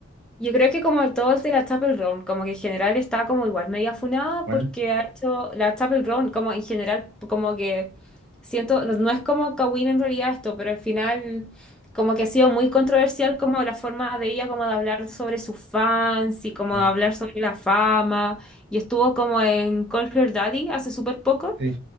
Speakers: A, in the centre; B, on the right.
A: Yo creo que como todo el de la Chapel Roan, como que en general está como igual media funada
B: ¿Cuál?
A: porque ha hecho la Chapel Roan, como en general, como que siento, no, no es como Kawin en realidad esto, pero al final como que ha sido muy controversial como la forma de ella como de hablar sobre sus fans y como
B: Ah,
A: de hablar sobre la fama y estuvo como en Call Her Daddy hace súper poco
B: sí.